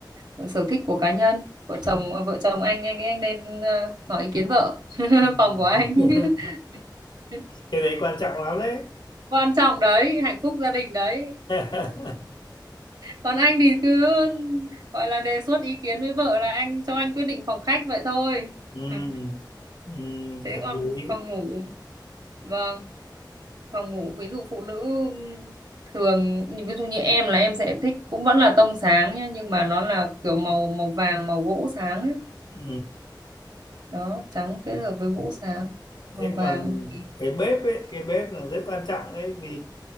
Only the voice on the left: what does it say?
ừ.
<laughs>
cái đấy quan trọng lắm đấy
<laughs>
ừ,
ừ,
hợp
lý
ừ,
ok.
thế
còn
cái bếp ấy cái bếp là rất quan trọng đấy vì